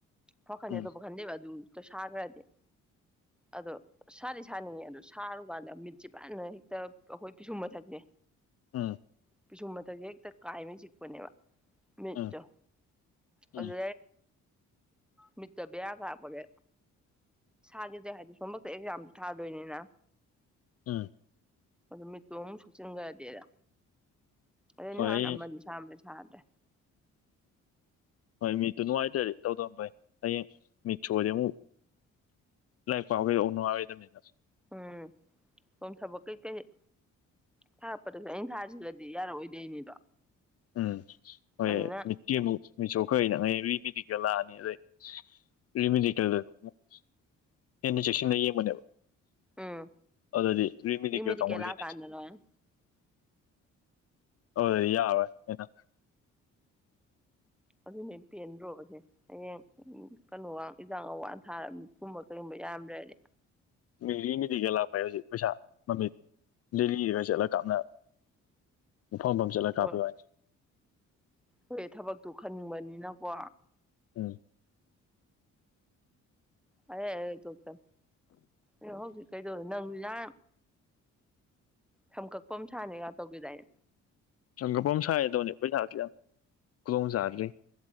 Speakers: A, in the centre; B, on the left.
A: ꯐꯈꯥꯟ
B: ꯎꯝ
A: ꯌꯥꯣ ꯐꯈꯥꯟ ꯂꯩꯦ ꯋꯥ ꯑꯗꯨ ꯁꯥꯒ꯭ꯔꯗꯤ ꯑꯗꯨ ꯁꯥꯗꯤ ꯁꯥꯅꯤꯡꯉꯦ ꯑꯗꯨꯣ ꯁꯥꯔꯨꯀꯥꯟꯗ ꯃꯤꯠꯁꯦ ꯐꯖꯅ ꯍꯦꯛꯇ ꯑꯩꯈꯣꯏ ꯄꯤꯁꯨꯝ ꯃꯊꯛꯅꯦ
B: ꯎꯝ
A: ꯄꯤꯁꯨꯝ ꯃꯊꯛꯁꯦ ꯍꯦꯛꯇ ꯀꯥꯏꯅ ꯆꯤꯛꯄꯅꯦꯕ ꯃꯤꯠꯇꯣ
B: ꯎꯝ
A: ꯑꯗꯨ
B: ꯎꯝ
A: ꯃꯤꯠꯇ ꯕꯦꯌꯥ ꯀꯥꯄꯒꯦ ꯁꯥꯈꯤꯁꯦ ꯍꯥꯏꯗꯤ ꯁꯣꯝꯃꯛꯇ ꯑꯦꯛꯖꯥꯝ ꯊꯥꯗꯣꯏꯅꯤꯅ
B: ꯎꯝ
A: ꯑꯗꯨ ꯃꯤꯠꯇꯣ ꯑꯃꯨꯛ ꯁꯣꯛꯆꯤꯟꯈ꯭ꯔꯗꯤꯦꯗ ꯑꯗꯨ
B: ꯍꯣꯏ
A: ꯍꯥꯟꯝꯕꯅꯤ
B: ꯍꯌꯦꯡ
A: ꯁ꯭ꯔ ꯑꯗꯦ
B: ꯍꯣꯏ ꯃꯤꯠꯇꯨ ꯅꯨꯡꯉꯥꯏꯇ꯭ꯔꯗꯤ ꯇꯧꯗ ꯐꯩ ꯍꯌꯦꯡ ꯃꯤꯠ ꯁꯣꯗꯤ ꯑꯃꯨꯛ ꯂꯥꯏꯔꯤꯛ ꯄꯥꯎ ꯀꯩꯗꯧꯕ ꯅꯨꯡꯉꯥꯏꯔꯣꯏꯗꯕꯅꯤꯅ
A: ꯎꯝ ꯁꯣꯝ ꯊꯕꯛ ꯀꯩꯀꯩ ꯊꯥꯔꯛꯄꯗꯁꯨ ꯑꯪ ꯊꯥꯁꯤꯒꯗꯤ ꯌꯥꯔꯛꯑꯣꯏꯗꯣꯏꯅꯤꯗꯣ
B: ꯎꯝ ꯍꯣꯏ
A: ꯑꯗꯨꯅ
B: ꯃꯤꯠꯇꯤꯕꯨ ꯃꯤꯆꯣꯛꯈꯩꯅꯉ ꯔꯤꯃꯦꯗꯤꯀꯦꯜ ꯂꯥꯛꯑꯅꯤ ꯑꯗꯩ ꯔꯤꯃꯦꯗꯤꯀꯦꯜꯗ ꯑꯃꯨꯛ ꯍꯦꯟꯅ ꯆꯦꯛꯁꯤꯟꯅꯟꯅ ꯌꯦꯡꯕꯅꯦꯕ
A: ꯎꯝ
B: ꯑꯗꯨꯗꯗꯤ ꯔꯔꯤꯃꯤꯅꯤ
A: ꯁꯤ ꯃꯦꯗꯤꯀꯦꯜ
B: ꯀꯦꯜꯀ ꯑꯃ
A: ꯂꯥꯛꯀꯥꯟꯗꯅꯦ
B: ꯂꯤꯅ ꯑꯣꯗ ꯏ ꯌꯥꯕ ꯍꯗ
A: ꯑꯗꯨꯅ ꯄꯦꯟꯗ꯭ꯔꯣꯕꯁꯦ ꯍꯌꯦꯡ ꯀꯩꯅꯣꯒ ꯏꯟꯖꯥꯡꯒꯋꯥ ꯊꯥꯒꯨꯝꯕ ꯀꯩꯒꯨꯝꯕ ꯌꯥꯝ꯭ꯔꯔ
B: ꯃꯤꯔꯤ ꯃꯤꯦꯗꯤꯒ ꯂꯥꯛꯄ ꯍꯥꯏ ꯍꯧꯖꯤꯛ ꯄꯩꯁꯥ ꯃꯃꯤꯠ ꯗꯦꯂꯤꯔꯒ ꯆꯠꯂꯒ ꯀꯥꯞꯅ ꯏꯝꯐꯝꯐꯝꯝ ꯆꯠꯂꯒ ꯀꯥꯞꯄꯤꯌꯨꯏꯅꯤ
A: ꯍꯣꯏ ꯍꯣꯏ ꯊꯕꯛꯇꯨ ꯈꯟꯅꯤꯡꯕꯅꯤꯅꯀꯣ
B: ꯎꯝ
A: ꯑꯦ ꯇꯛꯇ ꯑꯦ ꯍꯧꯖꯤꯛ ꯀꯩꯗꯧꯔꯦ ꯅꯪ ꯅ ꯁꯝꯀꯛꯄ ꯁꯥꯅꯤꯒ ꯇꯧꯒꯦꯗꯥꯏꯅꯦ
B: ꯁꯪꯒꯐꯝ ꯁꯥꯏꯒꯗꯧꯅꯦ ꯄꯩꯁꯥꯥꯁ ꯌꯥꯝꯪ ꯈꯨꯗꯣꯡ ꯆꯥꯗ꯭ꯔꯤ